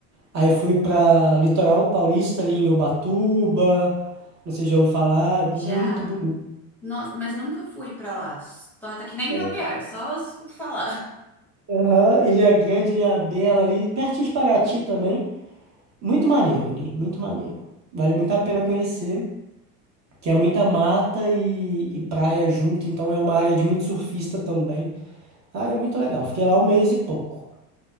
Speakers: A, on the right; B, in the centre.
A: Aí fui para Litoral Paulista, ali em Ubatuba, não sei se já ouviu falar, é muito
B: já.
A: bonito.
B: Nossa, mas nunca fui pra lá. Torta que nem
A: É,
B: caviar, só escuto falar.
A: aham, Ilha Grande, Ilha Bela ali, pertinho de Paraty também. Muito maneiro ali, muito maneiro. Vale muito a pena conhecer, que é muita mata e, e praia junto, então é uma área de muito surfista também. Ah, é muito legal. Fiquei lá um mês e pouco.